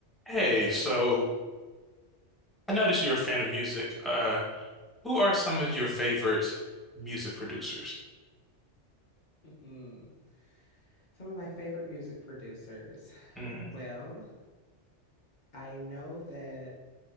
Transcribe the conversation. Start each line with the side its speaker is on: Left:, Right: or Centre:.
Centre: Hey, so I noticed you're a fan of music. Uh, who are some of your favorite music producers?
Left: Mm. Some of my favorite music producers.
Centre: Mm.
Left: Well, I know that